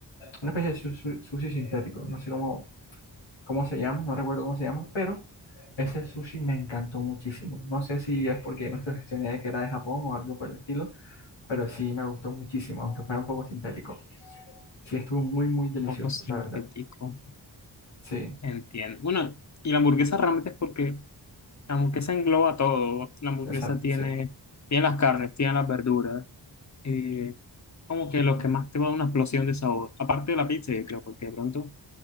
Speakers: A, on the left (about 90°); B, on the left (about 40°).
A: Una especie de su- su- sushi sintético. No sé cómo cómo se llama, no recuerdo cómo se llama, pero ese sushi me encantó muchísimo. No sé si es porque me sugestioné de que era de Japón o algo por el estilo, pero sí me gustó muchísimo, aunque fuera un poco sintético. Sí, estuvo muy, muy delicioso,
B: Poco sintético,
A: la verdad. Sí,
B: entiendo. Bueno, y la hamburguesa realmente es porque la hamburguesa engloba todo. La hamburguesa
A: exacto,
B: tiene,
A: sí.
B: tiene las carnes, tiene las verduras, eh, como que
A: Ujú.
B: lo que más te va a dar una explosión de sabor. Aparte de la pizza, yo creo, porque de pronto,